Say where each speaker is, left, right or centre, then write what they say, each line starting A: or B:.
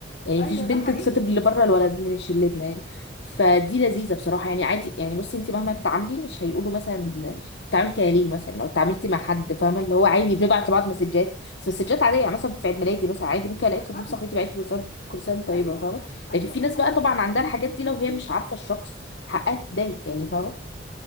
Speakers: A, on the left (about 70°); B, on the left (about 50°).
A: يعني
B: ايوه
A: مفيش بنت
B: ده حقيقي
A: تخطب اللي بره الولد من شلتنا يعني فدي لذيذه بصراحه يعني عادي يعني بصي انت مهما تتعاملي مش هيقولوا مثلا بتتعاملي كده ليه مثلا لو اتعاملتي مع حد فاهمه اللي هو عادي بنبعت لبعض مسجات بس مسجات عاديه يعني مثلا في عيد ميلادي مثلا عادي ممكن الاقي
B: انا
A: خطيب
B: فاهمه
A: صاحبتي بعت لي كل كرسان طيبه
B: ايوه
A: فاهمه
B: ايوه
A: لكن في
B: ده
A: ناس
B: حقيقي
A: بقى طبعا عندها الحاجات دي لو هي مش عارفه الشخص حقها تتضايق يعني فاهمه